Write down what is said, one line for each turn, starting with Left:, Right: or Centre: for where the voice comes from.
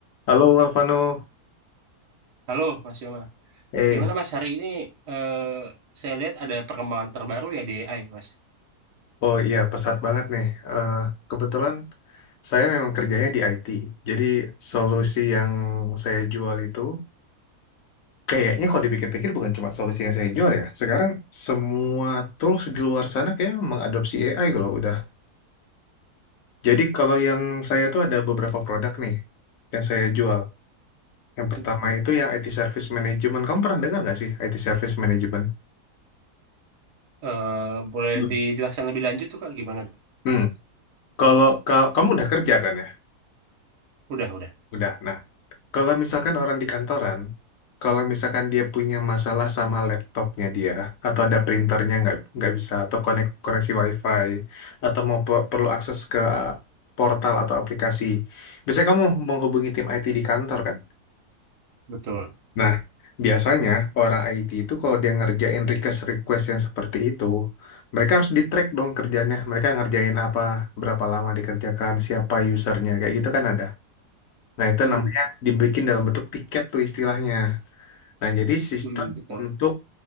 Left: Halo Alvano,
Right: Halo Mas Yoma,
Left: eh,
Right: gimana Mas hari ini eh, saya lihat ada perkembangan terbaru ya di AI Mas.
Left: oh iya pesat banget nih. Eh, kebetulan saya memang kerjanya di IT, jadi solusi yang saya jual itu kayaknya kalau dipikir-pikir bukan cuma solusi yang saya jual ya. Sekarang semua tools di luar sana kayak mengadopsi AI kalau udah. Jadi kalau yang saya tuh ada beberapa produk nih yang saya jual. Yang pertama
Right: Mm.
Left: itu yang IT Service Management. Kamu pernah dengar nggak sih IT Service Management?
Right: Eh, boleh
Left: Hmm.
Right: dijelaskan lebih lanjut tuh Kak gimana tuh?
Left: Hmm, kalau ka- kamu udah kerja kan ya?
Right: Udah udah.
Left: Udah. Nah, Kalau misalkan orang di kantoran, kalau misalkan dia punya masalah sama laptopnya dia, atau ada printernya nggak nggak bisa, atau konek, koneksi WiFi, atau mau pe- perlu akses ke portal atau aplikasi, biasanya kamu menghubungi tim IT di kantor kan?
Right: Betul.
Left: Nah, biasanya orang IT itu kalau dia ngerjain request-request yang seperti itu, mereka harus di-track dong kerjanya, mereka ngerjain apa, berapa lama dikerjakan, siapa usernya, kayak gitu kan ada. Nah, itu
Right: Mm-mm.
Left: namanya dibikin dalam bentuk tiket tuh istilahnya. Nah, jadi sistem
Right: Mm-mm, betul.
Left: untuk